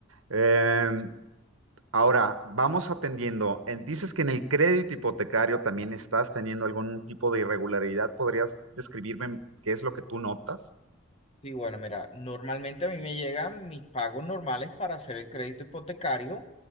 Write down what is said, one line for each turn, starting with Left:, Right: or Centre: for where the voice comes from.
Right: Eh, ahora, vamos atendiendo. Eh, Dices que en el crédito hipotecario también estás teniendo algún tipo de irregularidad. ¿Podrías describirme qué es lo que tú notas?
Left: Sí, bueno, mira, normalmente a mí me llegan mis pagos normales para hacer el crédito hipotecario,